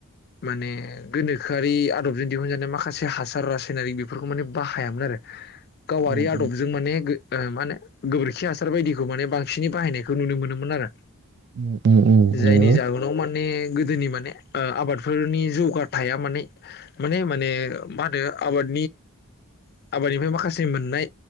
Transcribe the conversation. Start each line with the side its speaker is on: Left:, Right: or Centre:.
Left: माने गोनोखोआरि आदबजों दिहुनजानाय माखासे हासार रासायनारि बेफोरखौ माने बाहायामोन आरो गावारि
Right: उम
Left: आदबजों माने ओ मा नो गोबोरखि हासार बायदिखौ माने बांसिनै बाहायनायखौ नुनो मोनोमोन आरो
Right: उम उम उम
Left: जायनि
Right: नंगौ
Left: जाउनाव माने गोदोनि माने आबादफोरनि जौगा थाया माने माने माने मा होनो आबाद बे आबादनिफ्राय माखासे मोननाय